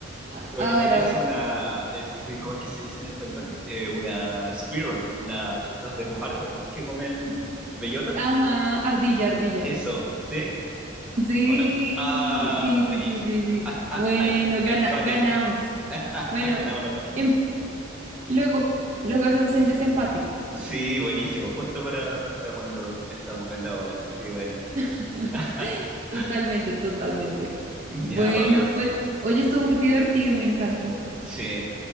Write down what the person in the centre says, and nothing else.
tu
animal
es
una, es, oye, ¿cómo es que se dice en español? Eh, una squirrel, una de estas de los árboles que comen
bellota.
Eso, ¿sí?
¿O no? Ah,
buenísimo.
<laughs> Ah, ah,
ah, em-
empate.
<laughs>
Ganamos los dos.
Sí, buenísimo. Justo para, para cuando estamos en la hora. Qué bueno
<laughs>
Ya, Paula.
Sí.